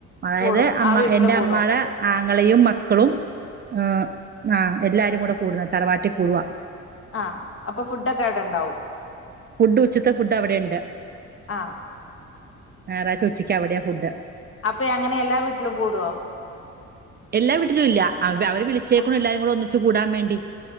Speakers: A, on the right; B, on the left.
A: അതായത്
B: കൂടും
A: അമ്മ
B: ആ വീട്ടില്
A: എന്റെ
B: കൂടും
A: അമ്മേടെ. ആങ്ങളയും മക്കളും ആഹ് ആഹ് എല്ലാരും കൂടെ കൂടുന്നത് തറവാട്ടിൽ കൂടുവാ.
B: ആഹ് അപ്പൊ ഫുഡ് ഒക്കെ അവിടെ ഉണ്ടോ?
A: ഫുഡ് ഉച്ചത്തെ ഫുഡ് അവിടെയുണ്ട്,
B: ആഹ്
A: ഞായറാഴ്ച്ച ഉച്ചക്ക് അവിടെയാ ഫുഡ്.
B: അപ്പേ അങ്ങനെ എല്ലാ വീട്ടിലും കൂടുവോ?
A: എല്ലാ വീട്ടിലും ഇല്ല അവ അവര് വിളിച്ചേക്കുന്നേ
B: ആഹ്
A: എല്ലാരുകൂടെ ഒന്നിച്ചു കൂടാൻ വേണ്ടി.